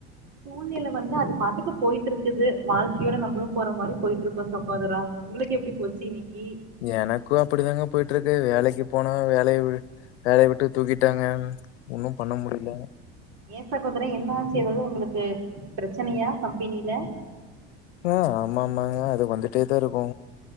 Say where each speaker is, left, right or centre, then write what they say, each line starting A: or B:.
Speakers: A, on the right; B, on the left.
A: சூழ்நில வந்து அது பாட்டுக்கு போயிட்ருக் குது வாழ்க்கையோட நம்பளு போற மாரி போயிட்ருக்கு இப்ப சகோதரா உங்களுக்கு எப்டி போச்சு இன்னக்கி
B: எனக்கு அப்டிதாங்க போயிட்ருக்கு வேலைக்கு போனா வேலய வி வேலய விட்டு தூக்கிட்டாங்க ஒன்னு பண்ண முடிய்ல
A: ஏ சகோதரா என்னாச்சு எதாவ்து ஒங்களுக்கு பிரச்சனையா கம்பெனில
B: ஆ ஆமா ஆமாங்க அது வந்துட்டேதா இருக்கு